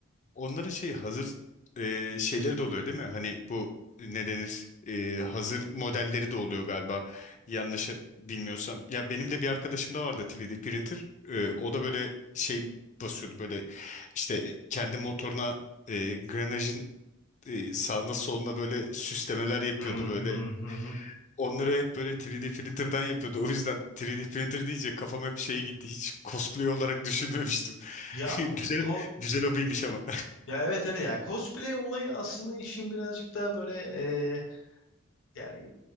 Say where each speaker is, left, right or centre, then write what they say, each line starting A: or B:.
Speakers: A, on the left (about 35°); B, on the left (about 65°).
A: Onların şey hazır e, şeyleri de oluyor değil mi? Hani bu ne denir? E, hazır modelleri de oluyor galiba. Yanlış bilmiyorsam. Ya benim de bir arkadaşım da vardı 3D printer. E, o da böyle şey basıyordu böyle işte kendi motoruna e, granajın e, sağına soluna böyle süslemeler yapıyordu
B: Hı hı
A: böyle.
B: hı. hı.
A: Onları hep böyle 3D printer'dan yapıyordu. O yüzden 3D printer deyince kafam hep şeye gitti. Hiç cosplay olarak düşünmemiştim.
B: Ya
A: <laughs> Güzel
B: ko
A: güzel hobiymiş ama.
B: ya evet evet ya cosplay olayı aslında işin birazcık daha böyle e, yani